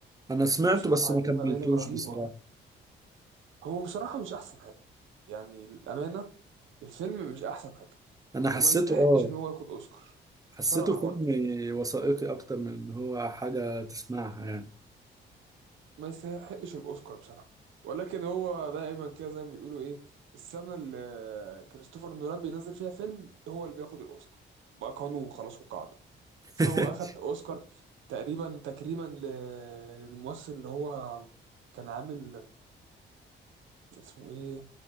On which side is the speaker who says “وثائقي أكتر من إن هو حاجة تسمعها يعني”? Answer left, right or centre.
Right